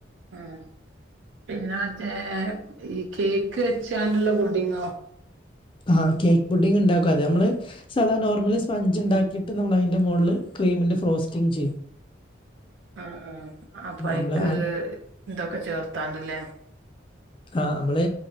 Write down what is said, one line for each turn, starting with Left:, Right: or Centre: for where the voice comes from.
Right: ആഹ് പിന്നെ മറ്റേ ഈ കേക്ക് വച്ചാണ്ടുള്ള പുഡിങ്ങോ
Left: ആഹ് കേക്ക് പുഡിങ്ങ് ഉണ്ടാക്കും അത് നമ്മള് സാധാ നോർമല് സ്പഞ്ച് ഉണ്ടാക്കിയിട്ട് നമ്മളയിന്റെ മോളില് ക്രീമിന്റെ ഫ്രോസ്റ്റിങ് ചെയ്യും
Right: ആഹ് ആഹ് അപ്പൈക്ക്
Left: നമ്മള് ആ
Right: ഇതൊക്കെ ചേർത്താണ്ടല്ലേ
Left: ആഹ് നമ്മള്